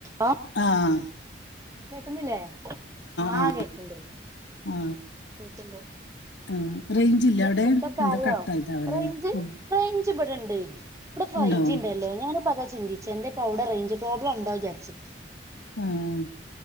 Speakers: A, on the right (about 15°); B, on the left (about 75°).
A: ആ
B: ആഹ
A: കേക്കുന്നില്ലേ ആഹ
B: ആ
A: കേക്കണ്ട്
B: ആ
A: കേക്കണ്ട്
B: ആ. റേഞ്ച് ഇല്ല അവിടെ
A: ഫുഡ് ഒക്കെ
B: എന്താ
A: ആയോ
B: കട്ടായതാവല്ലേ
A: റേഞ്ച്
B: ഫുഡ്
A: റേഞ്ച് ഇവിടെണ്ടല്ലോ ഇവടെ ഫൈവ്
B: ഉണ്ടോ
A: ജി ഉണ്ടല്ലോ ഞൻ ഞാനിപ്പതാ ചിന്തിച്ചേ എന്തെപൗടെ റേഞ്ച് പ്രോബ്ലം ഉണ്ടാവും വിചരിച്ച്
B: ആഹ